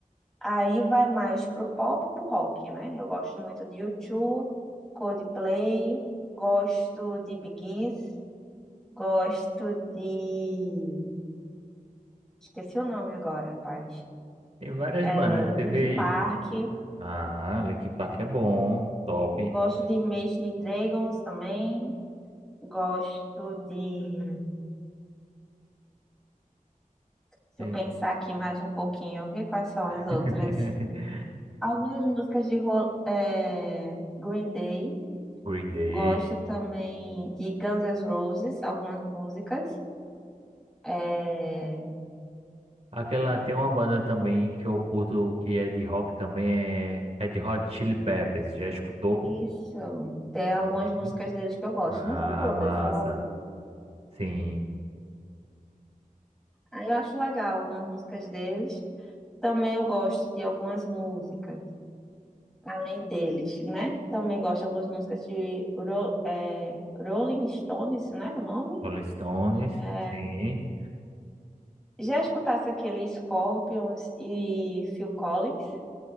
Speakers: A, in the centre; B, on the right.
A: Aí vai mais pro pop e pro rock, né? Eu gosto muito de U2, Coldplay, gosto de Bee Gees, gosto de... Esqueci o nome agora, rapaz.
B: Tem várias
A: É,
B: bandas,
A: Linkin
B: teve...
A: Park,
B: Ah, Linkin Park é bom, top.
A: gosto de Imagine Dragons também, gosto de... Deixa
B: Tem
A: eu pensar aqui mais um pouquinho, ver quais são as
B: <laughs>
A: outras. Algumas músicas de Ro- eh, Green Day.
B: Green Day.
A: Gosto também de Guns N' Roses, algumas músicas. É,
B: Aquela tem uma banda também que eu curto que é de rock também, é Red Hot Chili Peppers. Já escutou?
A: isso. Tem algumas
B: Sim.
A: músicas deles que eu gosto.
B: Ah,
A: Não são todas,
B: massa.
A: são algumas.
B: Sim.
A: Aí eu acho legal algumas músicas deles. Também eu gosto de algumas músicas, além deles, né? Também gosto de algumas músicas de Ro- é Rolling Stones, né? O nome?
B: Rolling Stones.
A: É,
B: Sim.
A: Já escutasse aquele Scorpions e Phil Collins?